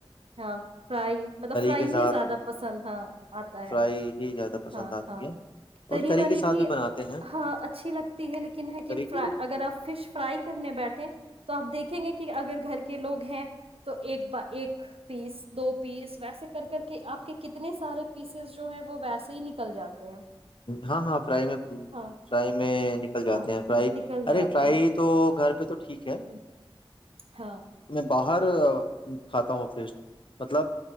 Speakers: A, on the right; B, on the left.
A: ہاں فرائی مطلب فرائی
B: کے ساتھ
A: ہی زیادہ پسند ہاں آتا ہے
B: فرائی ہی زیادہ پسند
A: ہاں
B: آتی
A: ہاں
B: ہے
A: تری
B: اور کری
A: والی
B: کے ساتھ
A: بھی
B: بناتے ہیں
A: ہاں اچھی لگتی ہے لیکن ہے کہ
B: کری کی
A: فر
B: بھی
A: اگر آپ فش فرائی کرنے بیٹھے تو آپ دیکھیں گے کہ اگر گھر کے لوگ ہیں تو ایک ب ایک پیس دو پیس ویسے کر کر کے آپ کے کتنے سارے پیسز جو ہیں وہ ویسے ہی نکل جاتے ہیں
B: ہاں ہاں فرائی میں
A: ہاں
B: فرائی میں نکل جاتے
A: ہاں
B: ہیں فرائی
A: نکل جاتے
B: ارے فرائی
A: ہیں
B: تو گھر پہ تو ٹھیک ہے
A: ہوں، ہاں
B: میں باہر کھاتا ہوں فیسٹ مطلب